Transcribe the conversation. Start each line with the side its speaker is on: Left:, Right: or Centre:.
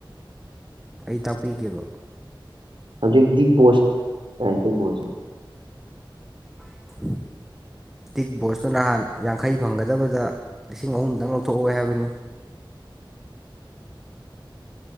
Centre: ꯑꯩ ꯇꯥꯛꯄꯤꯒꯦꯕ
Right: ꯍꯧꯖꯤꯛꯗꯤ ꯕꯣꯁ ꯀꯃꯥꯏꯇꯧꯕꯣꯁ
Centre: <inaudible> ꯗꯤꯛ ꯕꯣꯁꯇꯨ ꯅꯍꯥꯟ ꯌꯥꯡꯈꯩ ꯐꯪꯒꯗꯕꯗ ꯂꯤꯁꯤꯡ ꯑꯍꯨꯝꯗꯪ ꯂꯧꯊꯣꯛꯍꯧꯏ ꯍꯥꯏꯕꯅꯤ